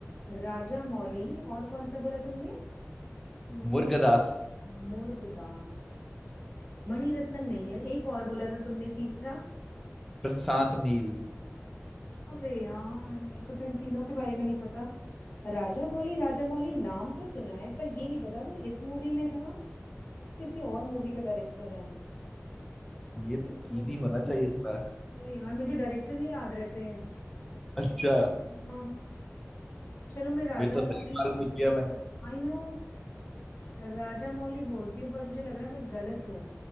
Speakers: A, on the left; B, in the centre.
A: राजा मौली और कौन सा बोला तुमने हम्म,
B: मुर्गदास
A: मुर्गदास मणिरत्नम नहीं है एक और बोला था तुमने तीसरा
B: प्रशांत नील
A: अबे यार मेरे को तो इन तीनों के बारे में नहीं पता राजा मौली राजा मौली नाम तो सुना है पर ये नहीं पता वो इस मूवी में था कि किसी और मूवी का डायरेक्टर है
B: ये तो
A: हम्म।
B: इजी होना चाहिए थोड़ा
A: अबे यार मुझे डायरेक्टर नहीं याद रहते हैं
B: अच्छा
A: हाँ, चलो मैं राजा
B: फिर तो
A: मौली
B: सही सवाल पूछ लिया मैंने
A: I know राजा मौली बोलती हूँ पर मुझे लग रहा है मैं गलत हूँ